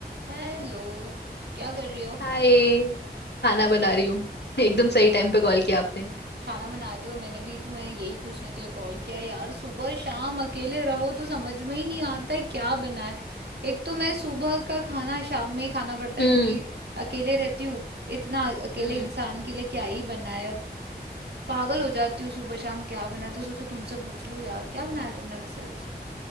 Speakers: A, on the right; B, on the left.
A: Hello क्या कर रही हो
B: हाय खाना बना रही हूँ <laughs> एकदम सही टाइम पे कॉल किया आपने
A: खाना बना रही हो मैंने भी तुम्हें यही पूछने के लिए कॉल किया यार सुबह शाम अकेले रहो तो समझ में ही नहीं आता है क्या बनाए एक तो मैं सुबह का खाना शाम में ही खाना पड़ता
B: हम्म
A: है क्योंकि अकेले रहती हूँ इतना अकेले
B: हम्म
A: इंसान के लिए क्या ही बनाए अब पागल हो जाती हूँ सुबह शाम क्या बनाए तो सोचा तुमसे पूछ लूँ यार क्या बनाया तुमने वैसे आज